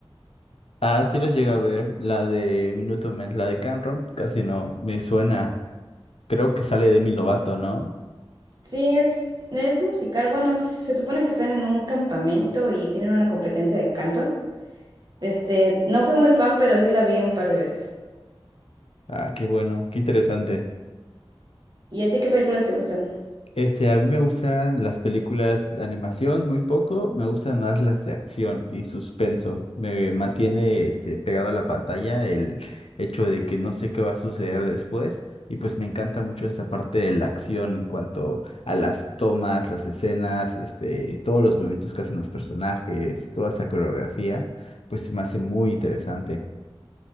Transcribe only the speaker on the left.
Ah, sí los llega a ver, la de Minuto Men, la de Camp Rock, casi no me suena. Creo que sale Demi Lovato, ¿no?
Ah, qué bueno, qué interesante.
Este, a mí me gustan las películas de animación muy poco, me gustan más las de acción y suspenso. Me mantiene este, pegado a la pantalla el hecho de que no sé qué va a suceder después y pues me encanta mucho esta parte de la acción en cuanto a las tomas, las escenas, este, todos los movimientos que hacen los personajes, toda esa coreografía, pues se me hace muy interesante.